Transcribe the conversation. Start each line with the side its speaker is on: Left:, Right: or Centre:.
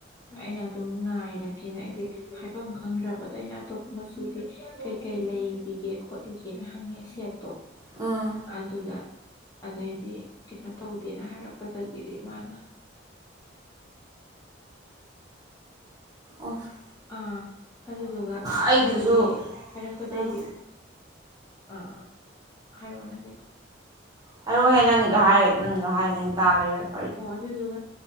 Left: ꯑꯩꯅ ꯑꯗꯨꯝ ꯉꯥꯏꯔꯒꯦꯅ ꯑꯩꯁꯦ ꯍꯥꯏꯐꯝ ꯈꯪꯗ꯭ꯔꯕ ꯑꯗꯣ ꯑꯩꯅ ꯑꯇꯣꯞꯄ ꯃꯆꯨꯗꯤ ꯀꯩꯀꯩ ꯂꯩꯕꯤꯒꯦ ꯈꯣꯠꯂꯤꯒꯦꯅ ꯍꯪꯉꯤ ꯑꯁꯦꯞ
Right: ꯎꯝ
Left: ꯑꯗꯨꯗ ꯑꯗꯩꯗꯤ ꯀꯩꯅꯣ ꯇꯧꯗꯦꯅ ꯍꯥꯏꯔꯛꯄ ꯄꯇ ꯒꯤꯗꯤ ꯃꯥꯅ
Right: ꯑꯣꯐ
Left: ꯑꯥ ꯑꯗꯨꯗꯨꯒ
Right: ꯑꯩꯗꯨꯁꯨ
Left: ꯍꯥꯏꯔꯛꯑꯦ ꯍꯥꯏꯔꯛꯄꯗꯩꯗꯤ
Right: ꯎꯝ
Left: ꯑꯥ ꯍꯥꯏꯔꯛꯑꯣ ꯅꯪꯒꯤꯗꯣ
Right: ꯍꯥꯢꯔꯛꯑꯣ ꯍꯦ ꯅꯪꯒꯤꯗꯣ ꯍꯥꯏꯔ ꯅꯪꯒꯤꯗꯣ ꯍꯥꯏꯅꯤꯡ ꯇꯥ ꯂꯩꯔꯒꯦ
Left: ꯑꯣ ꯑꯗꯨꯗꯨꯒ